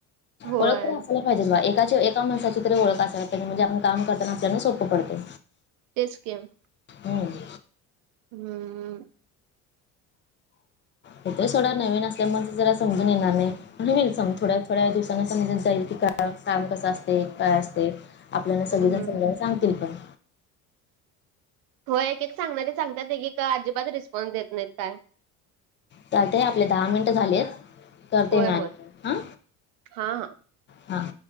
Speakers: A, on the right; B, on the left.
A: होय
B: ओळख तरी असायला पाहिजे बा एकाचे एका माणसाची तरी ओळख अस तर आपण म्हणजे आपण काम करताना आपल्याला सोपं पडते.
A: तेच केेम
B: हम्म.
A: हम्म
B: येथे थोडा नवीन असल्यामुळे ते जरा समजून येणार नाही. आणि होईल स मग थोड्या थोड्या दिवसांना समजत जाईल की काय काम कसं असते काय असते. आपल्याला सगळेजण
A: हम्म.
B: समजायला सांगतील पण.
A: हो एक-एक सांगणारे सांगतात एकी का अजिबात रिस्पॉन्स देत नाहीत काय.
B: टाय टाय आपले दहा मिनट झालेत करते
A: होय
B: मी
A: होय
B: <inaudible> हां.
A: हा हा.
B: हा